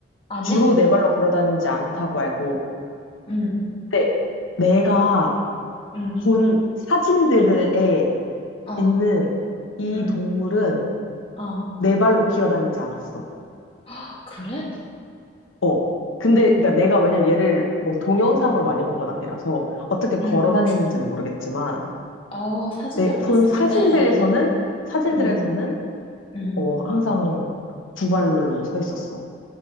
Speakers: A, on the left; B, on the left.
A: 아니야?
B: 주로 네 발로 걸어 다니지 않다고 알고.
A: 응,
B: 근데 내가
A: 응,
B: 본 사진들에
A: 어,
B: 있는 이
A: 응.
B: 동물은
A: 어,
B: 네 발로 기어 다니지 않았어.
A: 아, 그래?
B: 어. 근데 그러니까 내가 왜냐면 얘를 뭐 동영상으로 많이 본 건 아니라서 어떻게 걸어
A: 응
B: 다니는지는 모르겠지만
A: 어, 사진으로
B: 내 본
A: 봤을
B: 사진들에서는
A: 때,
B: 사진들에서는
A: 응 응
B: 어 항상 두 발로 서 있었어.